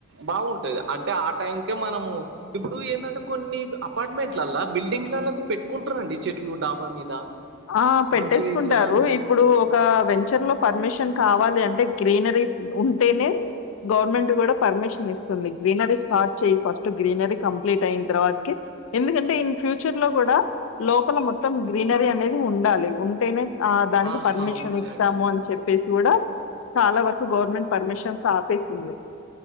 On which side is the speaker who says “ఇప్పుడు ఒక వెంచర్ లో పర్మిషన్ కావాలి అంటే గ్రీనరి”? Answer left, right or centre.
Left